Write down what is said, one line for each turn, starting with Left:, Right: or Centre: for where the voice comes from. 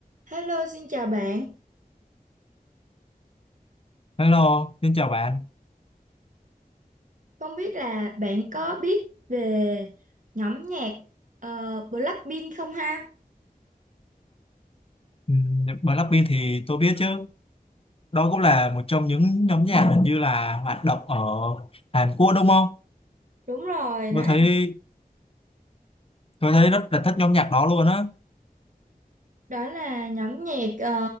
Right: Hello, xin chào bạn.
Left: Hello, xin chào bạn.
Right: Không biết là bạn có biết về nhóm nhạc ờ, Blackpink không ha?
Left: Ừm, Blackpink thì tôi biết chứ. Đó cũng là một trong những nhóm nhạc hình như là hoạt động ở Hàn Quốc đúng không?
Right: Đúng rồi, đó
Left: Tôi
Right: là,
Left: thấy tôi thấy rất là thích nhóm nhạc đó luôn á.
Right: đó là nhóm nhạc ờ,